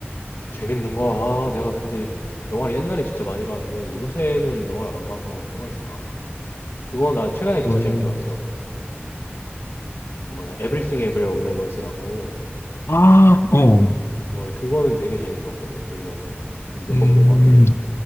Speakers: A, on the left; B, on the left.
A: 재밌는 거, 아, 내가 근데 영화를 옛날에 진짜 많이 봤는데 요새는 영화를 안 봐서 뭐가 있을까? 그거 나 최근에 그거
B: 음,
A: 재밌게 봤어. 아, 뭐냐, Everything Everywhere All at Once라고. 나
B: 아, 어.
A: 오늘 그거는 되게 재밌게 봤거든. 그 영화는 한 몇
B: 음,
A: 번 본 것 같아.